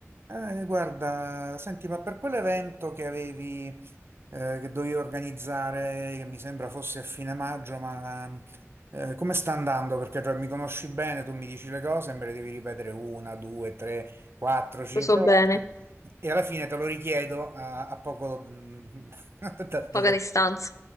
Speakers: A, on the right (about 50°); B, on the left (about 80°).
A: Eh, guarda, senti, ma per quell'evento che avevi, eh, che dovevi organizzare, che mi sembra fosse a fine maggio, ma eh, come sta andando? Perché cioè, mi conosci bene, tu mi dici le cose e me le devi ripetere una, due, tre, quattro, cinque
B: Lo so bene,
A: volte e alla fine te lo richiedo a, a poco... mm, <laughs> da-
B: paga
A: da- da-
B: distanza.